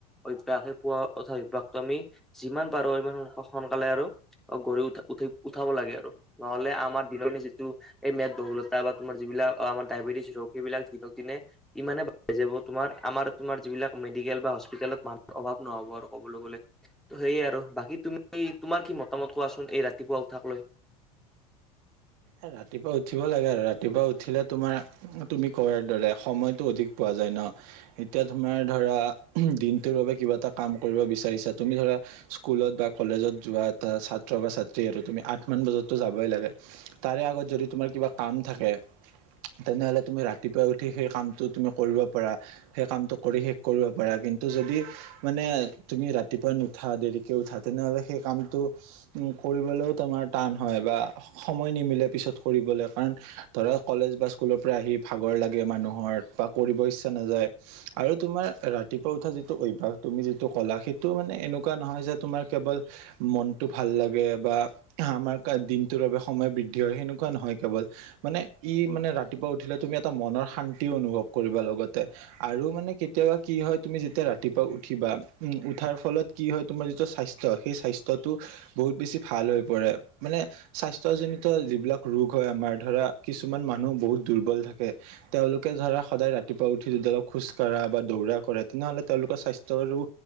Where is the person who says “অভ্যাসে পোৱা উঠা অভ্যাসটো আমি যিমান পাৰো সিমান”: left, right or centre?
Centre